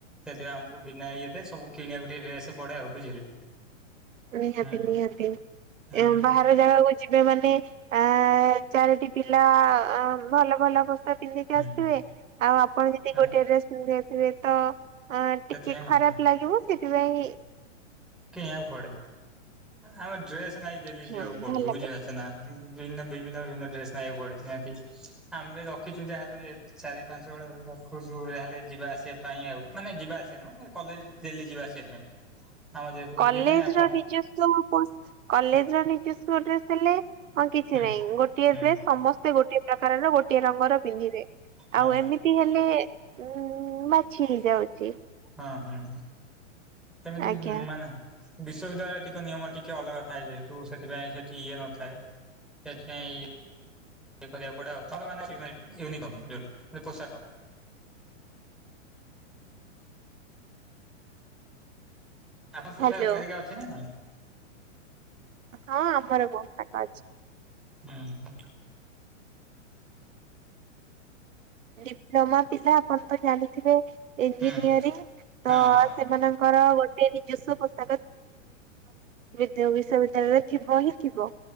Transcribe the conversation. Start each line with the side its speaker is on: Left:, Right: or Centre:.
Centre: ସେଥିପାଇଁ ଆମ ବିନା ଏଇରେ ସବୁ କିଣିବାକୁ ଟିକେ ଡ୍ରେସ ପଡେ ବୁଝିଲେ।
Right: ନିହାତି
Centre: ହୁଁ
Right: ନିହାତି
Centre: ହୁଁ
Right: ବା- ଜାଗାକୁ ଯିବେ ମାନେ ଆ ଚାରିଟି ପିଲା ଭଲ ଭଲ ପିନ୍ଧିକି
Centre: ହୁଁ
Right: ଆସିବେ ଆଉ ଆପଣ ଯଦି
Centre: ହଁ
Right: ଗୋଟେ ଡ୍ରେସ ପିନ୍ଧିଥିବେ ତ ଅ
Centre: ସେଥିପାଇଁ
Right: ଟିକେ ଖରାପ
Centre: କଥା
Right: ଲାଗିବ ସେଥିପାଇଁ
Centre: କୁ ପଡେଁ ଆମ ଡ୍ରେସ ନାଇଁ ଦେଲି
Right: ହଁ
Centre: ଯିବାକୁ
Right: ହଁ
Centre: ପଡୁଛି
Right: ଭଲ
Centre: ବୁଝିପାରୁଛେ ନା? ବିନ୍ନ ବିଭିନ୍ନ ବିଭିନ୍ନ ଡେସ ନ ଏ ପଡେତି ଆମେ ବି ରଖିଛୁ ଯାହାଲେ ଚାରି ପାଞ୍ଚ ବଳ ରଖଛୁ ଯାହାେଲେ ଯିବା ଆସିବା। ପାଇଁ ଆଉ ମାନେ ଯିବା ଆସିବା ନୁହଁ କଲେଜ ଡଲି ଯିବା ଆସିବା ପାଇଁ। ଆମର ଯେହେତୁ
Right: କଲେଜ
Centre: ଇଏ ନାହିଁ ଆଉ
Right: ର
Centre: କଣ
Right: ନିଜସ୍ କଲେଜ ର ନିଜସ୍ୱ ଡ୍ରେସ ହେଲେ ହଁ କିଛି
Centre: ହୁଁ
Right: ନାହିଁ ଗୋଟିଏ
Centre: ହୁଁ
Right: ଡ୍ରେସ ସମସ୍ତେ ଗୋଟିଏ ପ୍ରକାରର ଗୋଟିଏ ରଙ୍ଗର ପିନ୍ଧିବେ
Centre: ହଁ
Right: ଆଉ ଏମିତି ତି ହେଲେ ଉ ମାଛି ହେଇଯାଉଛି।
Centre: ହଁ ହୁଁ ହୁଁ ସେମିତି
Right: ଆଜ୍ଞା।
Centre: ମାନେ ବିଶ୍ୱବିଦ୍ୟାଳୟରେ ଟିକେ ନିୟମ ଟିକେ ଅଲଗା ଥାଏ ଯେହେତୁ ସେଥିପାଇଁ ସେଠି ଇଏ ନଥାଏ। ସେଥିପାଇଁ ଇୟେ କରିବାକୁ ପଡେ ଥରେ ମାନେ ୟୁନିଫର୍ମ ଯୋ ପୋଷାକ ଆପଣଙ୍କର ପୋଷାକ
Right: ହ୍ୟାଲୋ
Centre: ହେରିକା ଅଛି ନା ନାହିଁ?
Right: ହଁ ଆମର ବହୁତ ଜାଗା ଅଛି।
Centre: ହୁଁ।
Right: ଡିପ୍ଲୋମା ପିଲା ଆପଣ ତ ଜାଣିଥିବେ? ଇଞ୍ଜିନିୟରିଂ
Centre: ହୁଁ
Right: ତ
Centre: ହଁ ହଁ।
Right: ସେମାନଙ୍କର ଗୋଟେ ସେ ନିଜସ୍ଵ ପୋଷାକ ବିଶ୍ୱବିଦ୍ୟାଳୟରେ ଥିବ ହିଁ ଥିବ